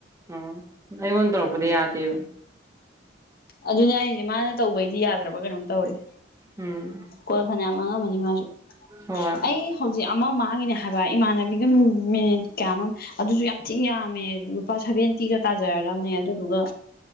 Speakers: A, on the right; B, on the left.
A: ꯎꯝ ꯑꯩꯉꯣꯟꯗ ꯇꯧꯔꯛꯄꯗꯤ ꯌꯥꯗꯦꯕ
B: ꯑꯗꯨꯅꯦ ꯑꯩꯁꯦ ꯃꯥꯅ ꯇꯧꯕꯩꯗꯤ ꯌꯥꯗ꯭ꯔꯕ ꯀꯩꯅꯣꯝ ꯇꯧꯔꯤꯦ
A: ꯎꯝ
B: ꯀꯣ ꯐꯅ ꯃꯥꯁꯨ
A: ꯍꯣꯏ
B: ꯑꯩ ꯍꯧꯖꯤꯛ ꯑꯃ ꯍꯥꯡꯉꯤꯅꯦ ꯍꯥꯏꯕ ꯏꯃꯥꯟꯅꯕꯤꯒ ꯃꯤꯅꯤꯠ ꯀꯌꯥꯅꯣ ꯑꯗꯨꯁꯨ ꯌꯥꯝ ꯊꯤꯤꯡ ꯌꯥꯝꯃꯦ ꯂꯨꯄꯥ ꯁꯦꯚꯦꯟꯇꯤꯒ ꯇꯥꯖꯔꯕꯅꯦ ꯑꯗꯨꯗꯨꯒ